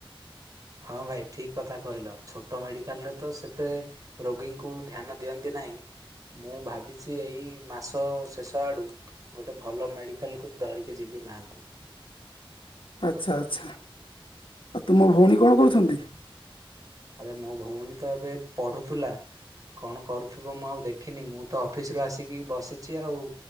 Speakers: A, on the right; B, on the left.
A: ହଁ ଭାଇ ଠିକ୍ କଥା କହିଲ ଛୋଟ ମେଡିକାଲରେ ତ ସେତେ ରୋଗୀଙ୍କୁ ଧ୍ୟାନ ଦିଅନ୍ତି ନାହିଁ ମୁଁ ଭାବିଚି ଏଇ ମାସ ଶେଷ ଆଡୁ ଗୋଟେ ଭଲ ମେଡିକାଲକୁ ଧରିକି ଯିବି ମାଆଙ୍କୁ।
B: ଆଚ୍ଛା ଆଚ୍ଛା ଆଉ ତୁମ ଭୋଉଣୀ କଣ କରୁଛନ୍ତି?
A: ଆରେ ମୋ ଭଉଣୀ ତ ଏବେ ପଢ଼ୁଥୁଲା କଣ କରୁଥିବ ମୁଁ ଆଉ ଦେଖିନି ମୁଁ ତ ଅଫିସରୁ ଆସିକି ବସିଚି ଆଉ